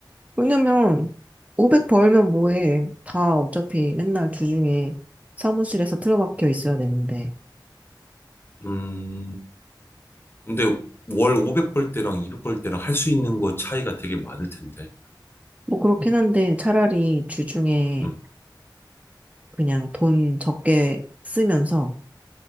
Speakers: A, on the right; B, on the left.
A: 왜냐면 500 벌면 뭐해 다 어차피 맨날 주중에 사무실에서 틀어박혀 있어야 되는데
B: 음 근데 월 500 벌 때랑 200 벌 때랑 할 수 있는 거 차이가 되게 많을 텐데.
A: 뭐 그렇긴 한데 차라리 주중에
B: 음,
A: 그냥 돈 적게 쓰면서